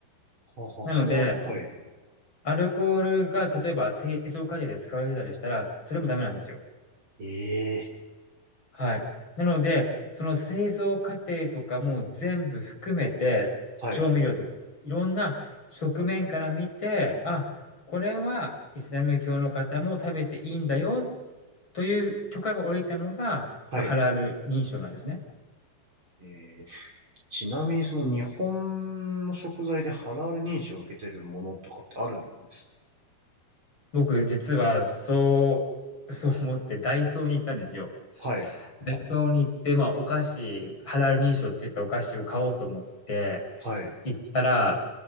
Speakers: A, on the right; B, on the left.
A: はあはあ、
B: なので、
A: それは、はい。
B: アルコールが例えば製造過程で使われてたりしたら、それもダメなんですよ。
A: ええ
B: はい。なので、その製造過程とかも全部含めて、
A: はい、
B: 調味料とか、いろんな側面から見て、あ、これはイスラム教の方も食べていいんだよという許可が下りたのが、
A: はい。
B: まあ、ハラール認証なんですね。
A: えー、ちなみにその日本の食材でハラール認証を受けてるものとかってあるんです
B: 僕、実はそう、<laughs> そう思ってダイソーに行ったんですよ。
A: はい、
B: ダイソーに行って、まあ、お菓子、ハラール認証って言ったお菓子を買おうと思って
A: はい、
B: 行ったら、